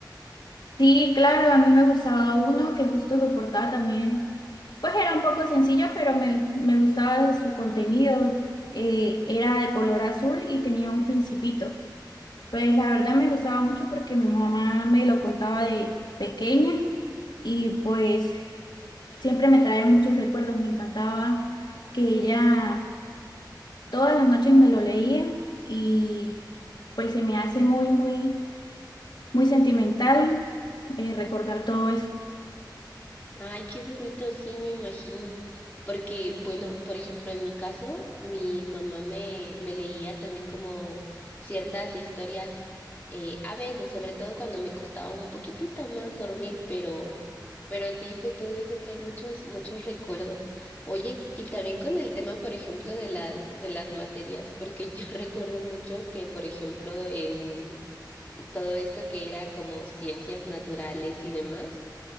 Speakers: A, on the left; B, on the left.
A: Sí, claro, a mí me gustaba uno que justo soportaba también, pues era un poco sencillo, pero me, me gustaba su contenido. Eh, era de color azul y tenía un principito. Pues la verdad me gustaba mucho porque mi mamá me lo contaba de pequeña y pues siempre me trae muchos recuerdos. Me encantaba que ella todas las noches me lo leía y pues se me hace muy, muy, muy sentimental eh, recordar todo eso.
B: Ay, qué bonito, sí, me imagino. Porque, bueno, por ejemplo, en mi caso, mi mamá me, me leía también como ciertas historias, eh, a veces, sobre todo cuando me costaba un poquitito más dormir, pero, pero sí, pues todo eso trae muchos, muchos recuerdos. Oye, y también con el tema, por ejemplo, de las, de las materias, porque yo <laughs> recuerdo mucho que, por ejemplo, en todo esto que era como ciencias naturales y demás,